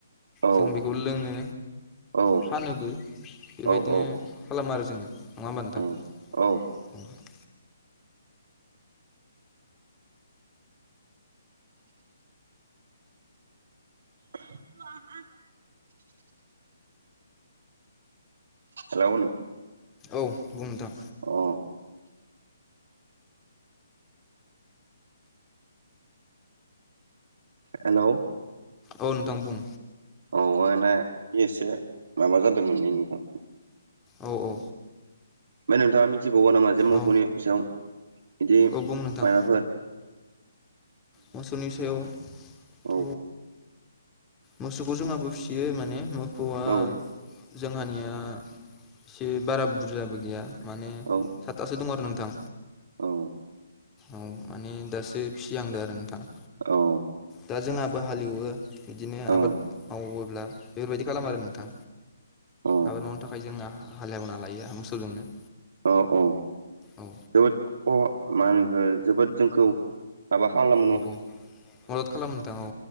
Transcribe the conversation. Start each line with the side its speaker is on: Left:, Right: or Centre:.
Right: औ
Left: जों बिखौ लोङो।
Right: औ
Left: फानोबो बेबायदिनो
Right: औ
Left: खालामो आरो जोङो नङा होमबा नोंथां।
Right: औ औ।
Left: <unintelligible>
Right: <unintelligible> आ। सोलावहोनो।
Left: औ बुंनोंथां।
Right: अ। हेलौ।
Left: औ नोंथां बुं।
Right: औ <unintelligible> इसे माबा जादोमोनलै नोंथां।
Left: औ-औ।
Right: ओमफ्राय नोंथाङा मिथिबावा नामा जे मोखौनि
Left: औ
Right: सायाव बिदि
Left: औ बुं नोंथां
Right: मायबाफोर
Left: मोसौनि सायाव
Right: औ
Left: थ मोसौखौ जोंहाबो फिसियो माने मोखौआ
Right: औ
Left: जोंहानिया एसे बारा बुरजाबो गैया माने
Right: औ
Left: साथा थो दङो आरो नोंथां।
Right: औ।
Left: औ माने दासो फिसिहांदो आरो नोंथां।
Right: औ।
Left: दा जोंहाबो हालेवो बिदिनो
Right: औ
Left: आबाद मावोब्ला। बेफोरबायदि खालामो आरो नोंथां।
Right: औ
Left: आबाद मावनो थाखाय जोंहा हालेवना लायो मोसौ जोंनो।
Right: औ औ
Left: औ।
Right: <unintelligible> जोबोद जोंखौ। आबा खालाम
Left: औ-औ मदद खालामो नोंथां औ